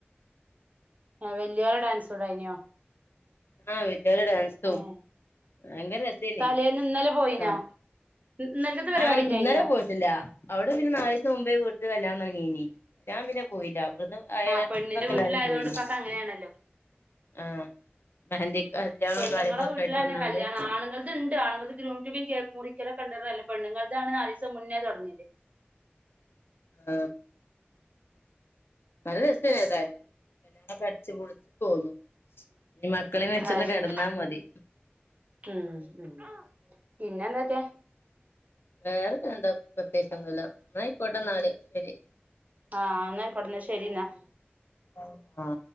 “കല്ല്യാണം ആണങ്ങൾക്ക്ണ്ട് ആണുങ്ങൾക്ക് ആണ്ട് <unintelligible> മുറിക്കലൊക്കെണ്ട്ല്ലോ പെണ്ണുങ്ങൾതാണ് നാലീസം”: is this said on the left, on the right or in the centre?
Right